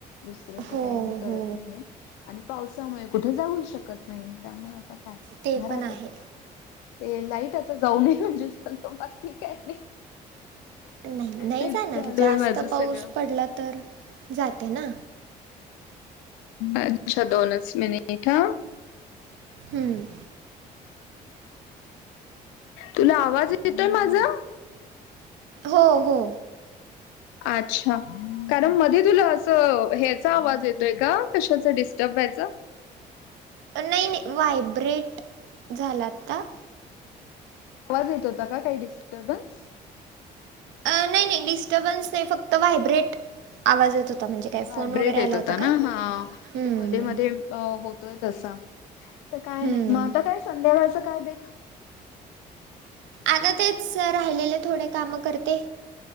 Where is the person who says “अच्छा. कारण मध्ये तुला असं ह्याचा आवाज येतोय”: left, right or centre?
Left